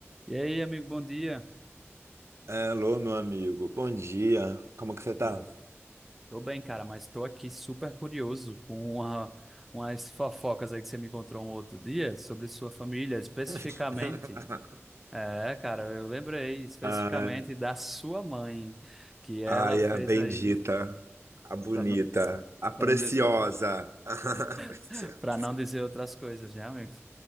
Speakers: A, in the centre; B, on the right.
A: E aí, amigo, bom dia.
B: Alô, meu amigo. Bom dia. Como que você tá?
A: Tô bem, cara, mas tô aqui super curioso com uma, umas fofocas aí que você me encontrou um outro dia sobre sua família, especificamente.
B: <laughs>
A: É, cara, eu lembrei especificamente
B: Ai,
A: da sua mãe, que ela
B: ai,
A: fez
B: a bendita,
A: aí,
B: a bonita,
A: para não,
B: a preciosa.
A: para não dizer,
B: <laughs> A preciosa.
A: <laughs> para não dizer outras coisas, né, amigo?